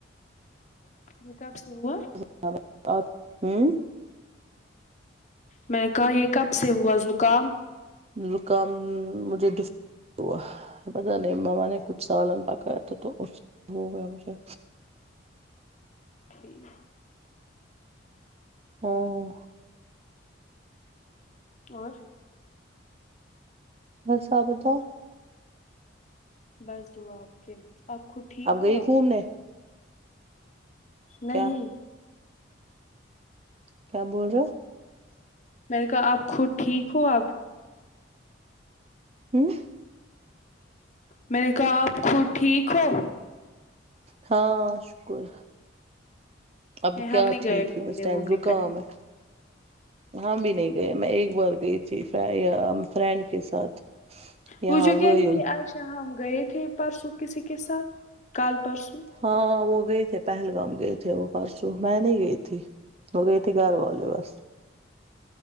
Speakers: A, on the left; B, on the right.
A: یہ کب سے ہوا
B: اور آپ ہمم
A: میں نےکہا یہ کب سے ہوا زکام
B: زکام مجھے کس تو پتہ نہیں مما نے کچھ سالن پکایا تھا تو اس ہو گیا مجھے
A: ٹھیک
B: ہاں
A: اور
B: بس آپ بتاؤ
A: بس دعا آپ کے آپ خود ٹھیک ہو
B: گئی
A: آپ
B: گھومنے
A: نہیں
B: کیا کیا بول رہے ہو
A: میں نے کہا آپ خود ٹھیک ہو آپ
B: ہوں
A: میں نے کہا آپ خود ٹھیک ہو
B: ہاں شکر اب کیا
A: ہم نہیں
B: ٹھیک
A: گئے گھومنے
B: ہ اس ٹائم
A: وومنے
B: زکام
A: کہیں
B: ہے ہم بھی نہیں گئے میں ایک بار گئی تھی فرینڈ کے ساتھ یہاں
A: وہ جو کہہ
B: ویل
A: رہی تھی آج شام ہم گئے تھے پرسوں کسی کے ساتھ کل پرسوں
B: ہاں وہ گئے تھے پہلگام گئے تھے وہ پرسوں میں نہیں گئی تھی ہو گئے تھے گھر وال لے بس